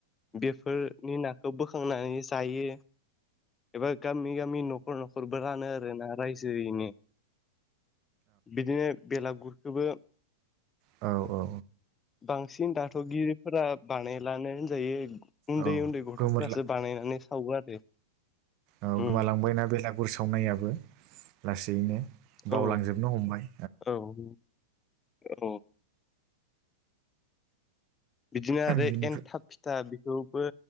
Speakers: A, on the left; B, on the right.
A: बेफोरनि ना खौ बोखांनानै जायो एबा गामि गामि न'खर न'खरबो रानो आरोना रायजोयैनो बिदिनो बेलागुरखौबो
B: औ औ
A: बांसिन दाथ' गिदिरफोरा बानायलानो होनजायो उन्दै
B: औ
A: उन्दै गथ'फोरासो
B: गोमोरला
A: बानायनानै सावो आरो
B: औ
A: उम
B: गोमालांबायना बेलागुर सावनायाबो लासैनो? बावलांजोबनो
A: औ
B: हमबाय।
A: औ औ बिदिनो आरो
B: बिनिफ्राय
A: एन्थाब फिथा खौबो